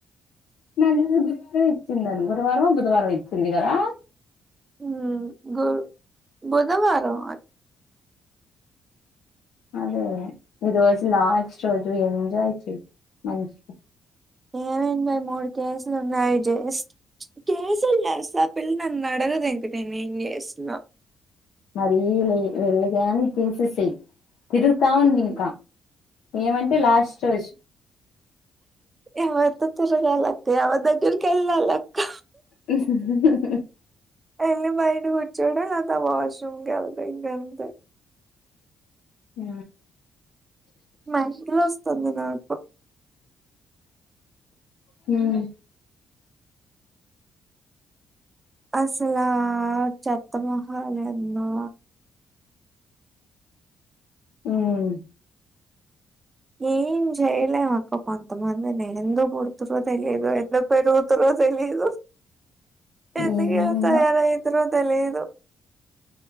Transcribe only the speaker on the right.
ఊ గుర్వె బుధవారంవా
<unintelligible> క్లాసులున్నాయి జస్ట్ ప్చ్ కేసుల్ న సా పిల్ నన్నదడగదింక నేనేం జేసినా
ఉమ్.
నువ్వొత్తె తిరగాలక్క ఎవర్దగ్గెర్కెల్లాలక్క
అన్ని బయటికొచ్చాడు అఃత వాష్రూమ్ కెళ్ళిపోయిండంతే
మ్యాద్రోస్తుంది నాకు
అసలు ఆ చెత్త మొహాలు ఏందో
ఏం చేయలేం అక్క కొంతమందిని ఎందుకు పుడతారో తెలియదు ఎందుకు పెరుగుతరో తెలియదు
ఎందుకిలా తయారయితారో తెలిదు.